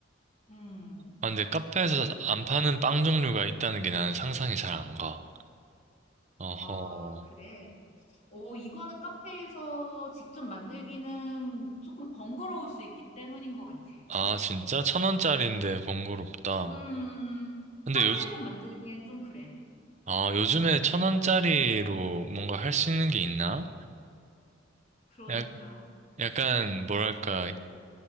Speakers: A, on the left; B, on the right.
A: 음.
B: 아, 근데 카페에서 안 파는 빵 종류가 있다는 게 나는 상상이 잘 안 가. 어허.
A: 아, 그래. 어, 이거는 카페에서 직접 만들기는 조금 번거로울 수 있기 때문인 것 같아.
B: 아, 진짜? 천 원짜리인데 번거롭다.
A: 음,
B: 근데
A: 카페에서
B: 요,
A: 만들기엔 좀 그래.
B: 아, 요즘에 천 원짜리로 뭔가 할 수 있는 게 있나?
A: 그러니까.
B: 약, 약간, 뭐랄까,